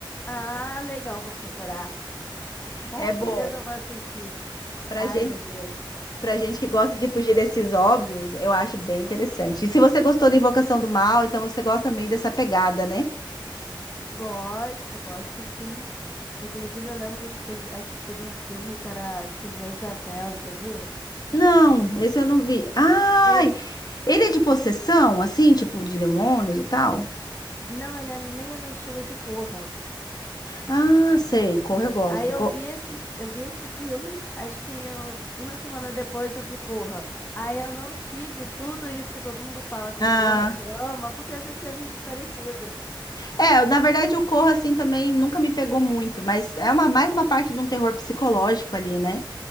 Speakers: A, on the left (about 25°); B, on the left (about 50°).
A: Ah, legal, vou procurar. Com
B: É bom.
A: certeza eu vou assistir.
B: Pra
A: Ai,
B: gente,
A: meu Deus.
B: Pra gente que gosta de fugir desses óbvios, eu acho bem interessante. E se você gostou da Invocação do Mal, então você gosta também dessa pegada, né?
A: Gosto, gosto sim. Inclusive, eu lembro de ter vi- assistido um filme que era, acho que Jezabel, já viu?
B: Não, esse eu não vi.
A: E-
B: Ai,
A: Ele,
B: ele é de possessão, assim, tipo de demônios e tal?
A: não, ele é meio no estilo de Corra.
B: Ah, sei, Corra eu gosto.
A: Aí eu
B: Cor-
A: vi esse, eu vi esse filme, acho que um- uma semana depois eu vi Corra. Aí eu não tive tudo isso que todo mundo fala com
B: Ah,
A: Corra, que ama, porque eu já tinha visto parecido.
B: é, na verdade o Corra, assim, também nunca me pegou muito, mas é uma, mais uma parte de um terror psicológico ali, né?